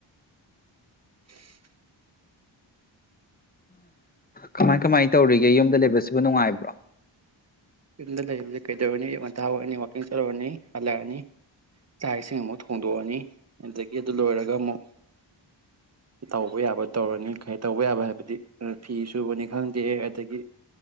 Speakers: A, on the right; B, on the left.
A: <unintelligible>
B: ꯀꯃꯥꯏ ꯀꯃꯥꯏ ꯇꯧꯔꯤꯒꯦ ꯌꯨꯝꯗ ꯂꯩꯕꯁꯤꯕꯨ ꯅꯨꯡꯉꯥꯏꯕ꯭ꯔꯣ
A: ꯌꯨꯝꯗ ꯂꯩꯗꯤ ꯀꯩꯗꯧꯔꯅꯤ ꯌ ꯉꯟꯊꯥ ꯑꯣꯏꯔꯅꯤ ꯋꯥꯛꯀꯤꯡ ꯆꯠꯔꯨꯔꯅꯤ ꯍꯜꯂꯛꯑꯅꯤ ꯆꯥꯏꯁꯤꯃ ꯍꯨ ꯂꯣꯛꯑꯅꯤ ꯑꯗꯨꯗꯒꯤ ꯑꯗꯨ ꯂꯣꯏꯔꯒ ꯑꯃꯨꯛ ꯇꯧꯕ ꯌꯥꯕ ꯇꯧꯔꯅꯤ ꯀ ꯇꯧꯕ ꯌꯥꯕ ꯍꯥꯏꯕꯗꯤ ꯐꯤ ꯁꯨꯕꯅꯤ ꯈꯪꯗꯦ ꯑꯗꯒꯤ